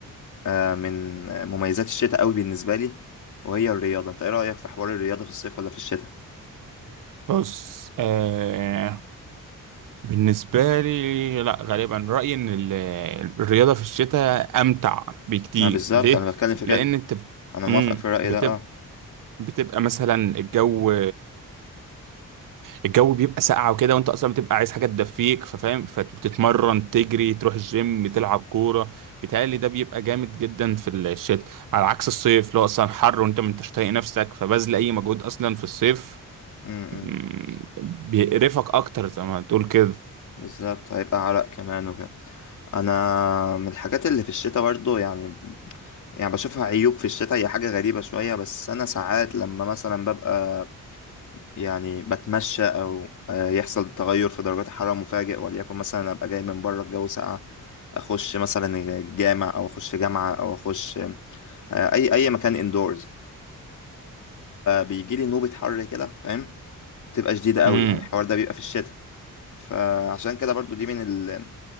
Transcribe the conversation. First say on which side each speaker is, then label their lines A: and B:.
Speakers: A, on the left (about 65°); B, on the right (about 70°).
A: آه، من مميزات الشتاء قوي بالنسبة لي وهي الرياضة انت ايه رأيك في حوار الرياضة في الصيف ولا في الشتاء؟
B: بص آه بالنسبه لي لا غالبا رايي ان ال- الرياضه في الشتاء امتع بكتير
A: ما بالظبط
B: ليه
A: انا بتكلم في
B: لان
A: كده
B: انت بت-
A: انا موافقك
B: مم،
A: في الرأي
B: بتبقى
A: ده اه
B: بتبقى مثلا الجو الجو بيبقى ساقعة وكده وانت اصلا بتبقى عايز حاجة تدفيك ففاهم فبتتمرن تجري تروح الجيم تلعب كورة بيتهيألي ده بيبقى جامد جدا في الشتاء على عكس الصيف اللي هو اصلا حر وانت ما انتش طايق نفسك فبذل اي مجهود اصلا في الصيف
A: امم
B: مم، بيقرفك اكتر زي ما تقول كده
A: بالظبط هيبقى عرق كمان وكده انا من الحاجات اللي في الشتاء برضو يعني يعني بشوفها عيوب في الشتاء هي حاجة غريبة شوية بس انا ساعات لما مثلا ببقى يعني بتمشى او آه، يحصل تغير في درجات الحرارة مفاجئ وليكن مثلا ابقى جاي من بره الجو ساقع اخش مثلا الجامع او اخش جامعة او اخش آه، اي اي مكان اندورز بيجي لي نوبة حر كده فاهم بتبقى شديدة قوي
B: امم
A: يعني الحوار ده بيبقى في الشتاء فعشان كده برضو دي من ال...